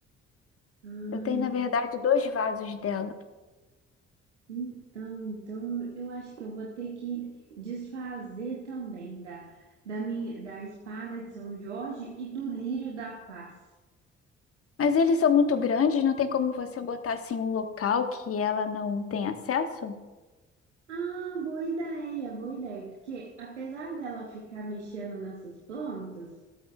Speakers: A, on the right; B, on the left.
A: Ai,
B: Eu tenho, na verdade, dois vasos dela.
A: então, então eu acho que eu vou ter que desfazer também da, da, minha, da espada de São Jorge e do lírio da paz.
B: Mas eles são muito grandes, não tem como você botar assim um local que ela não tem acesso?
A: Ah, boa ideia, boa ideia, porque apesar dela ficar mexendo nessas plantas,